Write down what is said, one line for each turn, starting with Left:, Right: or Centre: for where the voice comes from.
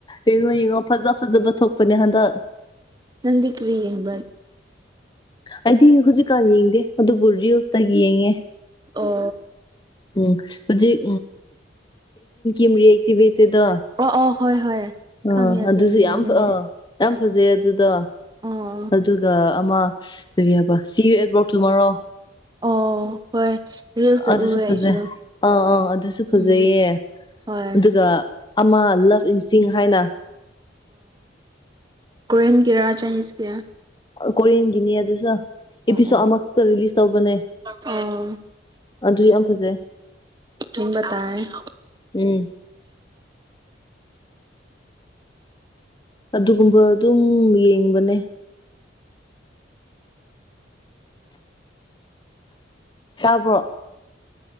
Left: ꯌꯦꯡꯉꯣ ꯌꯦꯡꯉꯣ ꯐꯖ ꯐꯖꯕ ꯊꯣꯛꯄꯅꯦ ꯍꯟꯗꯛ
Right: ꯑ ꯅꯗꯤ ꯀ꯭ꯔꯤ ꯌꯦꯕꯠ
Left: ꯑꯩꯗꯤ ꯍꯧꯖꯤꯛꯀꯥꯟ ꯌꯦꯡꯗꯦ ꯑꯗꯨ ꯕꯨꯨꯔꯖꯤ ꯍꯜꯁꯇ ꯌꯦꯡꯉꯦ
Right: ꯑꯣ
Left: ꯎ ꯍꯧꯖꯤꯛ ꯎꯝꯦꯟ ꯑꯗꯨꯗꯣ
Right: ꯑꯣ ꯑꯣ ꯍꯣꯏ ꯍꯣꯏ
Left: ꯑꯥ
Right: ꯈꯪꯉꯦ ꯑꯗꯣ
Left: ꯑꯗꯨꯁꯨ
Right: ꯌꯦꯡꯅꯤꯡꯉꯦ
Left: ꯌꯥꯝ ꯑꯥ ꯌꯥꯝ ꯐꯖꯩ ꯑꯗꯨꯗ
Right: ꯑꯣ
Left: ꯑꯗꯨꯒ ꯑꯃ ꯀꯔꯤ ꯍꯥꯏꯕ ꯁꯤ ꯑꯦꯠꯕꯣꯔꯇꯨꯃꯔꯣ
Right: ꯑꯣ ꯍꯣꯏ ꯔꯤꯜꯁꯇ
Left: ꯑꯗꯨꯁꯨ
Right: ꯎꯋꯦ
Left: ꯐꯖꯩ
Right: ꯑꯩꯁꯨ
Left: ꯑꯥ ꯑꯥ ꯑꯗꯨꯁꯨ ꯐꯖꯩꯌꯦ
Right: ꯎꯝ ꯍꯣꯏ
Left: ꯑꯗꯨꯒ ꯑꯃ ꯂꯞ ꯏꯟꯁꯤꯡ ꯍꯥꯏꯅ
Right: ꯀ ꯀꯣꯔꯦꯟ ꯀꯌꯥꯔꯥ ꯆꯥꯏꯅꯤꯖ ꯀ
Left: ꯀꯣꯔꯤꯌꯟꯒꯤꯅꯤ ꯑꯗꯨꯁꯨ ꯑꯦꯄꯤꯁꯣꯠ
Right: ꯑꯣ
Left: ꯑꯃꯈꯛꯇ ꯔꯤꯂꯤꯁ ꯇꯧꯕꯅꯦ
Right: ꯑꯣ
Left: ꯑꯗꯨ ꯌꯥꯝ ꯐꯖꯩ
Right: ꯊꯝꯇꯥꯏ
Left: ꯎꯝ ꯑꯗꯨꯒꯨꯝꯕ ꯑꯗꯨꯝ ꯌꯦꯡꯕꯅꯦ ꯇꯥꯕꯣ